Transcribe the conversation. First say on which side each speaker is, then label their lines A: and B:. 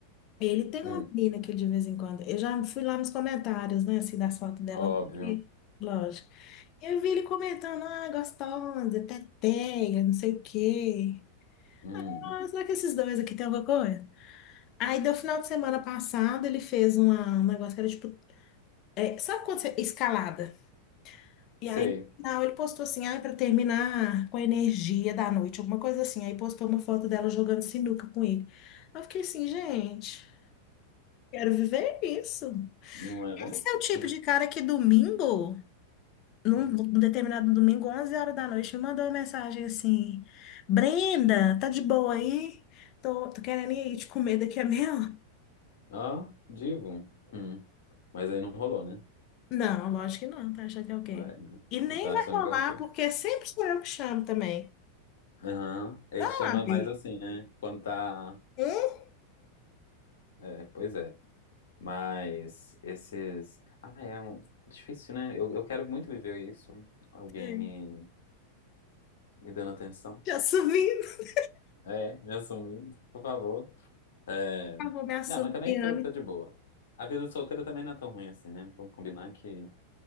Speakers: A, on the left; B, on the left.
A: ele tem
B: Hum.
A: uma menina que de vez em quando. Eu já fui lá nos comentários, né, assim, das fotos dela,
B: Óbvio.
A: e, lógico. E eu vi ele comentando, ah, gostosa, teteia, não sei o quê.
B: Hum.
A: Ah, será que esses dois aqui tem alguma coisa? Aí, do final de semana passado, ele fez uma, um negócio que era tipo. é, sabe quando você. Escalada. E
B: Sei.
A: aí, no final, ele postou assim, ah, para terminar com a energia da noite, alguma coisa assim. Aí postou uma foto dela jogando sinuca com ele. Eu fiquei assim, gente, quero viver isso.
B: Não é?
A: Esse é o tipo
B: Hum.
A: de cara que domingo, num,
B: hum.
A: num determinado domingo, 11 horas da noite, me mandou uma mensagem assim: Brenda, tá de boa aí? Tô, tô querendo ir te comer daqui a meia hora.
B: Ah, divo. Hum. Mas aí não rolou, né?
A: Não, lógico que não, tá achando que é o quê?
B: É, né?
A: E nem
B: Tu Tá
A: vai
B: achando
A: rolar,
B: que é o quê?
A: porque sempre sou eu que chamo também.
B: Aham. Ele
A: Sabe?
B: chama mais assim, né? Quando tá.
A: Hum?
B: É, pois é. Mas esses. Ah, é um... difícil, né? Eu, eu quero muito viver isso. Alguém
A: Hum.
B: me, me dando atenção.
A: Já subindo.
B: É, me assumindo, por favor. É...
A: Ah, vou me assoviando.
B: Não, mas também tô, tô de boa. A vida solteira também não é tão ruim assim, né? Vamos combinar que